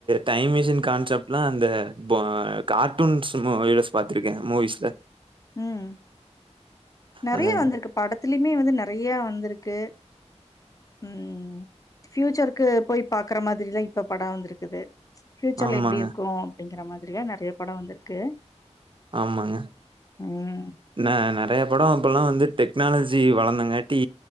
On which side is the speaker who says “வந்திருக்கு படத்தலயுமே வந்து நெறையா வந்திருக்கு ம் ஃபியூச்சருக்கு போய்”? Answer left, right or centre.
Left